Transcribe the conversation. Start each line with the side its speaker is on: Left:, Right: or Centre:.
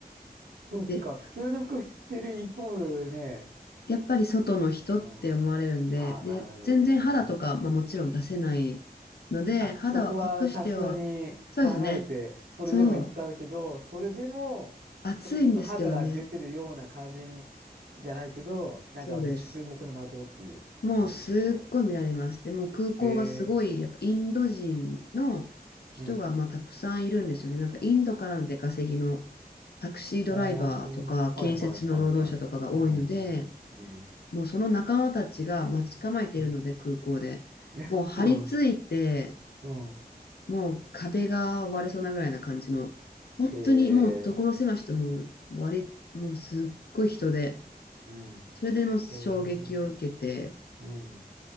Right: そっか、
Left: で、
Right: 普通の服着てるイコールね。
Left: やっぱり外の人って思われるんで、
Right: うん。ああ、なるほどね。
Left: で、全然肌とか、まあ、もちろん出せないので、
Right: あ、
Left: 肌は隠しては、
Right: そこはさすがに考えて、
Left: そうですね。
Right: それでも行ったんだけど、
Left: そう、
Right: それでも、
Left: 暑いんですけどね。
Right: それこそ肌が出てるような感じに、じゃないけど、なんかもう注目の的っていう。
Left: そうです。もうすっごい見られます。
Right: なるほど。
Left: で、もう空港がすごい、
Right: ええ
Left: やっぱインド人の人がまあたくさんいるんですよね。
Right: うん。
Left: なんかインドからの出稼ぎのタクシードライバーとか建設の労働者とかが多いので、
Right: あーはいはいはいはい。うん、うん、うん、
Left: もうその仲間たちが待ち構えているので、
Right: うん。
Left: 空港で。
Right: <laughs>
Left: もう張り付いて、
Right: うん、うん。
Left: もう壁が割れそうなぐらいな感じの、本当にもう所狭しともう割り、
Right: ええ
Left: もうすっごい人で、
Right: うん。
Left: それでもう衝撃を受けて、
Right: ええうん、うん、